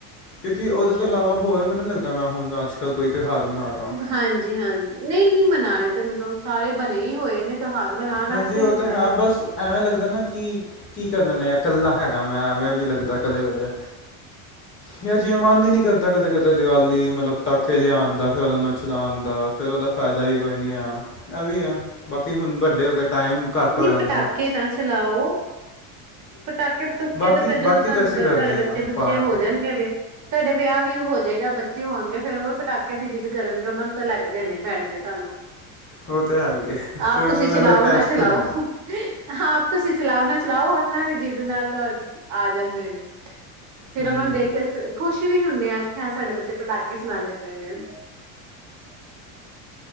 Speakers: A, on the left; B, on the right.
A: ਕਿਉਂਕਿ ਉਹਦੇ
B: ਅੱਛਾ
A: ਤੋਂ ਇਲਾਵਾ
B: ਜੀ
A: ਹੋਰ ਮੈਨੂੰ ਲੱਗਦਾ ਮੈਂ ਹੁਣ ਅੱਜ ਕੱਲ੍ਹ ਕੋਈ ਤਿਉਹਾਰ ਮਨਾ ਰਿਹਾ
B: ਹਾਂਜੀ-ਹਾਂਜੀ ਨਹੀਂ-ਨਹੀਂ ਮਨਾਣੇ ਤੇ ਮਤਲਬ ਸਾਰੇ ਬਣੇ ਹੀ ਹੋਏ ਨੇ ਤਿਉਹਾਰ ਮਨਾਉਣ ਵਾਸਤੇ
A: ਹਾਂਜੀ ਉਹ
B: ਹੀ ਹੁੰਦੇ
A: ਤਾਂ ਹੈ
B: ਨੇ
A: ਬਸ ਐਵੇਂ ਲੱਗਦਾ ਨਾ ਕਿ ਕੀ ਕਰ ਨੇ ਇਕੱਲਾ ਹੈਗਾ ਮੈਂ ਐਵੇਂ ਵੀ ਲੱਗਦਾ ਕਦੇ-ਕਦੇ ਜਾਂ ਜੇ ਮਨ ਹੀ ਨਹੀ ਕਰਦਾ ਕਦੇ ਕਦੇ ਦੀਵਾਲੀ ਮਤਲਬ ਪਟਾਕੇੇ ਲਿਆਣ ਦਾ ਫੇਰ ਉਹਨਾ ਨੂੰ ਚਲਾਣ ਦਾ ਫੇਰ ਉਹਦਾ ਫਾਇਦਾ ਵੀ ਕੋਈ ਨੀ ਆ, ਇਹ ਵੀ ਆ ਬਾਕੀ ਹੁਣ ਵੱਡੇ ਕੇ ਟਾਈਮ ਘੱਟ
B: ਨਹੀਂ
A: ਹੋ ਜਾਂਦਾ
B: ਪਟਾਕੇ ਨਾ ਚਲਾਓ ਪਟਾਕੇ -ਪਟੂਕੇ,
A: ਬਾਕੀ
B: ਤੇ ਫੇਰ ਜਦੋਂ
A: ਬਾਕੀ
B: ਤੁਹਾਨੂੰ
A: ਤਾਂ ਅਸੀਂ ਕਰਦੇ
B: ਤੁਹਾਡੇ
A: ਹੀ
B: ਬੱਚੇ-
A: ਹਾਂ
B: ਬੁੱਚੇ,
A: ਪਾਠ
B: ਹੋ
A: ਹੂੰ
B: ਜਾਣਗੇ ਵਿਆਹ ਤੁਹਾਡੇ, ਵਿਆਹ ਵੀ ਉਹ ਹੋ ਜਾਏਗਾ ਬੱਚੇ ਹੋਣਗੇ, ਫੇਰ ਉਹ ਵੀ ਪਟਾਕਿਆਂ ਦੀ ਜਿੱਦ ਕਰਨਗੇ, ਉਹਨਾਂ ਨੂੰ ਤਾਂ ਲੈ ਕੇ ਦੇਣੇ ਹੀ ਪੈਣਗੇ ਤੁਹਾਨੂੰ,
A: ਉਹ ਤਾਂ ਹੈ ਹੀ ਹੈ
B: ਆਪ
A: ਫਿਰ
B: ਤੁਸੀਂ
A: ਉਹਨਾਂ ਦਾ
B: ਚਲਾਓ
A: ਅਲੱਗ ਟਾਈਪ
B: ਨਾ
A: ਦਾ
B: ਚਲਾਓ
A: ਲੱਗਦਾ
B: ਆਪ ਤੁਸੀਂ ਚਲਾਓ ਨਾ ਚਲਾਓ, ਉਹਨਾਂ ਦੀ ਜਿੱਦ ਨਾਲ ਤਾਂ ਆ ਜਾਂਦੇ ਨੇ ਫੇਰ
A: ਹੂੰ
B: ਉਹਨਾਂ ਨੂੰ ਦੇਖ ਕੇ ਖੁਸ਼ੀ ਵੀ ਹੁੰਦੇ ਆ, ਸਾਡੇ ਬੱਚੇ ਪਟਾਕੇ ਚਲਾਦੇ ਪਏ ਨੇ